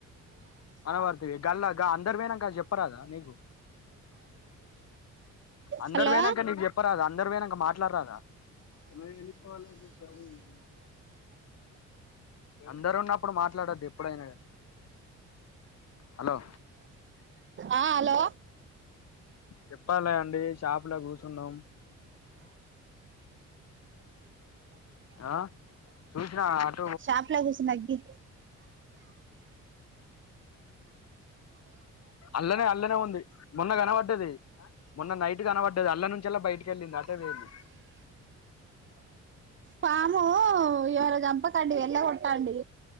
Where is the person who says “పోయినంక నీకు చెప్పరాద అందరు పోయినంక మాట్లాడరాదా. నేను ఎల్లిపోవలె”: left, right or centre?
Left